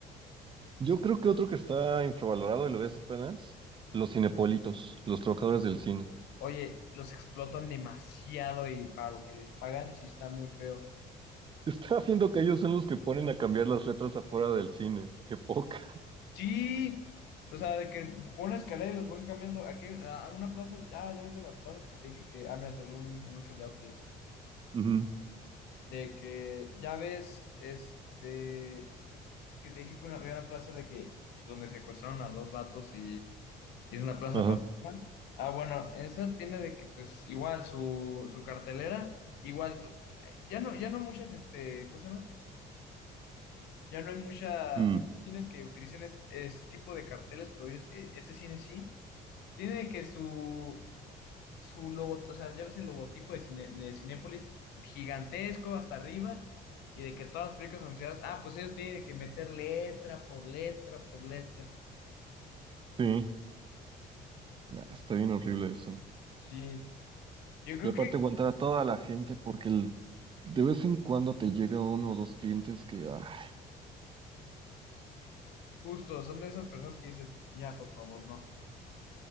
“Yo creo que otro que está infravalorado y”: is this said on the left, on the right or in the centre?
Right